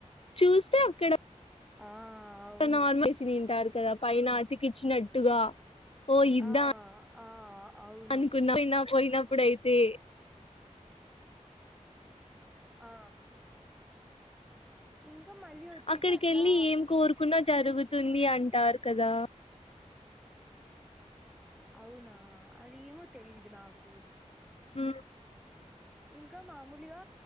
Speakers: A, on the left (about 50°); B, in the centre.
A: చూస్తే అక్కడ
B: ఆ అవును.
A: నార్మల్సి తింటారు కదా పైన అతికిచ్చినట్టుగా ఓ ఇద్దా
B: ఆ! ఆ! అవును.
A: అనుకున్నా కోయినా పడయితే
B: ఆ ఇంకా మళ్ళీ వచ్చేసి
A: అక్కడికి
B: అట్లా
A: వెళ్ళి ఏం కోరుకున్నా జరుగుతుంది అంటారు కదా
B: అవునా అదిమో తెలీదు నాకు
A: హు
B: ఇంకా మామూలుగా